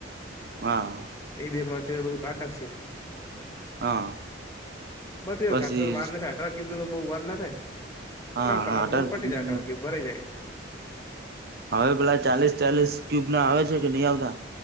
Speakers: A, on the right (about 55°); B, on the left (about 15°).
A: હા
B: એ બી અમાયલ બધું કાર્ડ નાખશે
A: હા
B: મટરિયલ
A: પછી
B: ખર્ચ તો વાળ થ ટ ક્યુબ ન તો બહુ વાર ના થાય ને
A: હા
B: ત્રણ કલાક
A: હા અઢાર
B: માં તો
A: ક્યુબનું
B: પટી જાય ક્યુબ ભરાઈ જાય
A: હવે પેલા ચાલીસ ચાલીસ ક્યુબ ના આવે છે કે નહી આવતા